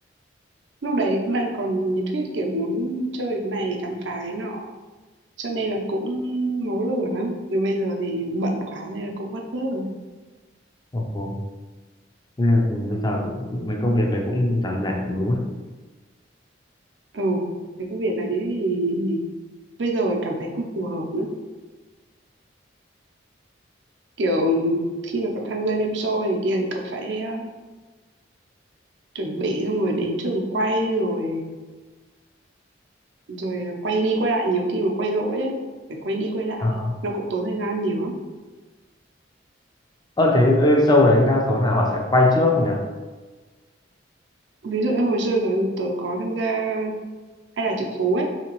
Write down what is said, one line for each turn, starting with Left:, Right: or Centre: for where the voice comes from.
Right: lúc đấy cũng đang còn nhiệt huyết kiểu muốn chơi cái này khám phá cái nọ cho nên là cũng máu lửa lắm rồi bây giờ thì bận quá nên là cũng vất vớt rồi
Left: ồ, ồ. Thế là bây giờ cũng- mấy công việc đấy cũng giảm giảm đúng không?
Right: ừ cái công việc đấy thì bây giờ cảm thấy không phù hợp nữa kiểu khi mà cậu tham gia game show này kia thì cậu phải ờ, chuẩn bị xong rồi đến trường quay rồi rồi quay đi quay lại nhiều khi mà quay lỗi ấy phải quay đi quay lại
Left: À. Ờ,
Right: nó cũng tốn thời gian nhiều lắm
Left: thế ơi, show đấy đa số là họ sẽ quay trước nhỉ?
Right: ví dụ như hồi xưa tớ, tớ có tham gia hay là triệu phú ấy